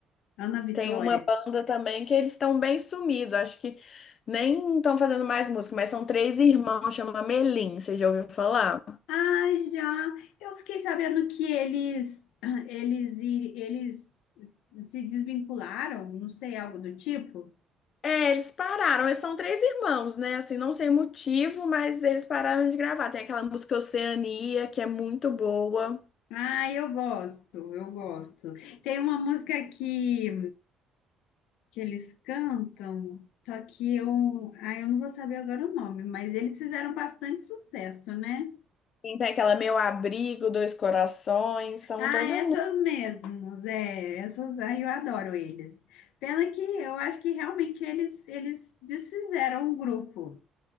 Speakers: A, on the left; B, on the left.
A: Ana Vitória.
B: Tem uma banda também que eles estão bem sumidos. Acho que nem estão fazendo mais música, mas são três irmãos, chama Melim. Você já ouviu falar?
A: Ah, já. Eu fiquei sabendo que eles ah, eles iri- eles se desvincularam, não sei, algo do tipo.
B: É, eles pararam. Eles são três irmãos, né? Assim, não sei o motivo, mas eles pararam de gravar. Tem aquela música Oceania, que é muito boa.
A: Ah, eu gosto, eu gosto. Tem uma música que que eles cantam, só que eu, ah, eu não vou saber agora o nome, mas eles fizeram bastante sucesso, né?
B: Tem aquela Meu Abrigo, Dois Corações, são
A: Ah,
B: todas.
A: essas
B: mu-
A: mesmos, é, essas, ai, eu adoro eles. Pena que eu acho que realmente eles eles desfizeram o grupo.